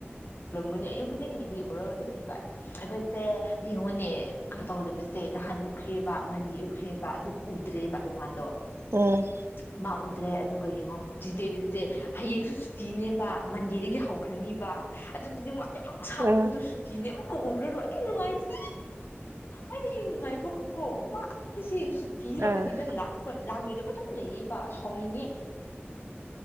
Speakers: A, on the left (about 55°); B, on the right (about 70°).
A: ꯎꯔꯝꯒꯅꯤ ꯑꯌꯨꯛ ꯈꯨꯗꯤꯡꯒꯤꯗꯤ ꯎꯔꯒꯥ <unintelligible> ꯑꯩꯈꯣꯏꯁꯦ ꯌꯦꯡꯉꯨꯅꯦ ꯀꯩ ꯇꯧꯗꯕꯁꯦ ꯅꯍꯥꯟ ꯎꯈ꯭ꯔꯦꯕ ꯃꯟꯗꯤ ꯎꯈ꯭ꯔꯦꯕ ꯑꯗꯨꯒ ꯎꯗ꯭ꯔꯦꯕ ꯑꯗꯨ ꯃꯥꯗꯣ
B: ꯎꯝ
A: ꯃꯥ ꯎꯗ꯭ꯔꯦ ꯑꯗꯨꯒ ꯌꯦꯡꯉꯣ ꯇꯨꯏꯁꯗꯦ ꯋꯥꯏꯅꯁꯗꯦ ꯍꯌꯦꯡꯁꯨ ꯁꯨꯇꯤꯅꯦꯕ ꯃꯟꯗꯦꯗꯒꯤ ꯍꯧꯈ꯭ꯔꯅꯤꯕ ꯑꯗꯨꯗꯤ ꯅꯨꯡꯉꯥꯏ ꯗꯨꯛ ꯁꯥꯡꯕꯗꯣ
B: ꯎꯝ
A: ꯁꯨꯇꯤ ꯇꯤꯅꯦ ꯎꯔꯔꫭꯏ ꯑꯩ ꯅꯪꯉꯥꯏꯇꯦ ꯑꯩ ꯍꯤꯡ ꯅꯨꯡꯉꯥꯏꯕꯒꯀꯣ ꯋꯥ ꯑꯩꯈꯣꯏꯁꯦ ꯁꯨꯇꯤꯔ
B: ꯑꯥ
A: ꯀꯔꯤꯔ ꯂꯥꯛ ꯍꯣꯏ ꯂꯥꯛꯂꯣꯏꯗꯕ ꯑꯗꯨꯝ ꯂꯩꯌꯦꯕ ꯁꯥꯎꯅꯤꯡꯉꯦ